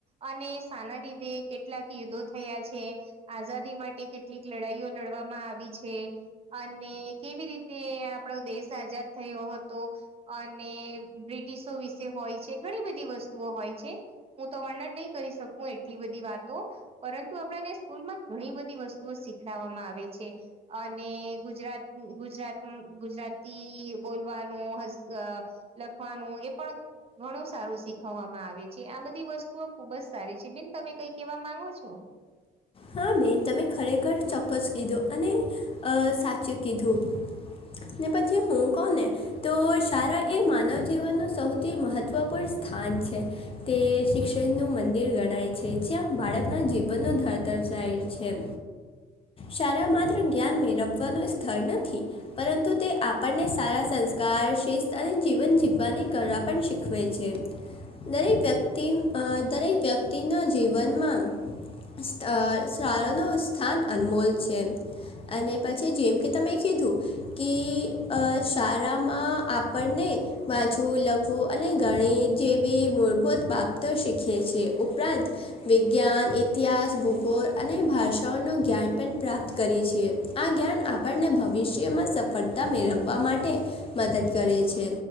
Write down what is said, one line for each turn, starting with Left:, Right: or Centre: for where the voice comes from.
Right: અને સાના લીધે કેટલાક યુદ્ધો થયા છે આઝાદ કેટલીક લડવામાં આવી છે અને કેવી રીતે આપડો દેશ આઝાદ થયો હતો અને બ્રિટિશો વિશે હોય છે ઘણી બધી વસ્તુઓ હોય છે હું તો વર્ણન નહી કરી શકું એટલી બધી વાતો પરંતુ આપણાને સ્કૂલમાં ઘણી બધી વસ્તુઓ શીખડવામાં આવે છે અને ગુજરાત ગુજરાત ગુજરાતી બોલવાનો હસ લખવાનું એ પણ ઘણું સારું શીખવવામાં આવે છે આ બધી વસ્તુઓ ખુબ જ સારી છે બેિન તમે કઈ કેવા માંગો છો
Left: હા બેન તમે ખરેખર ચોક્કસ કીધું અને સાચું કીધું ને પછી હું કોને તો શાળા એ માનવ જીવનનું સૌથી મહત્વપૂર્ણ સ્થાન છે તે શિક્ષણ નું મંદિર ગણાય છે જ્યાં બાળકના જીવનનો ધર શાળા માત્ર જ્ઞાન મે રમવાનું સ્થળ નથી પરંતુ તે આપણને સારા સંસ્કાર શિસ્ત અને જીવન જીવવાની કર પણ શીખવે છે દરેક વ્યક્તિ દરેક વ્યક્તિના જીવનમાં શાળનું સ્થાન અનમોલ છે અને પછી જેમ કે તમે કીધું કે શાળામાં આપણને વાચવું લખવું અને ઘણી જે મૂળભૂત બાબતો શીખે છે ઉપરાંત વિજ્ઞાન ઇતિહાસ ભૂગો અને ભાષાઓનું જ્ઞાન પણ પ્રાપ્ત કરી છે આ જ્ઞાન આપણને ભવિષ્યમાં સ ફરતા મેળવવા માટે મદદ કરે છે